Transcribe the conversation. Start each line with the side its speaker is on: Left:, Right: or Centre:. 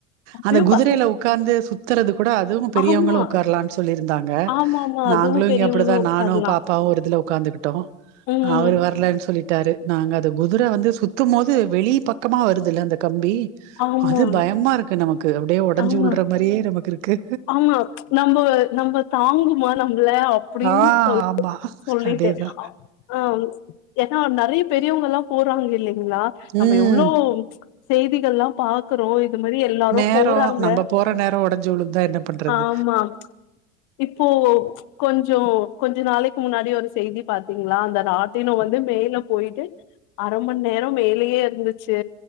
Left: அப்பயு
Right: அந்த குதிரையில
Left: பச
Right: உட்காந்து சுத்துறது கூட அதுவும் பெரியவங்களும்
Left: ஆமா
Right: உட்காரலாம்னு சொல்லிருந்தாங்க
Left: ஆமா ஆமா
Right: நாங்களும்
Left: அதுவு பெரியவங்களு
Right: இங்க அப்டிதா
Left: உட்காரலா
Right: நானும் பாப்பாவும் ஒரு இதுல உட்காந்துகிட்டோம்
Left: ம்
Right: அவரு வரலனு சொல்லிட்டாரு நாங்க அது குதிரை வந்து சுத்தும் போது வெளி பக்கமா வருதுல்ல அந்த கம்பி
Left: ஆமா
Right: அது பயமா இருக்கு நமக்கு அப்டியே ஒடஞ்சு
Left: ஆமா
Right: உழ்ற மாரியே நமக்கு இருக்கு
Left: ஆமா நம்ம நம்ம தாங்குமா நம்மள அப்டின்னு
Right: ஆ
Left: சொ
Right: ஆமா
Left: சொல்லிட்டு
Right: அதேதா
Left: ஆ ஏன்னா நறைய பெரியவங்கலா போறாங்க இல்லிங் ங்களா நம்ம
Right: ம்
Left: எவ்ளோ செய்திகல்லாம் பாக்குறோ இது மாரி எல்லாரு
Right: நேரம்
Left: போறாங்க
Right: நம்ம போற நேரம் ஒடஞ்சு வுழுந்தா என்ன பண்றது
Left: ஆமா இப்போ கொஞ்சோ கொஞ்ச நாளைக்கு முன்னாடி ஒரு செய்தி பாத்தீங்களா அந்த ராட்டினம் வந்து மேல போயிட்டு அரை மணி நேரம் மேலேயே இருந்துச்சு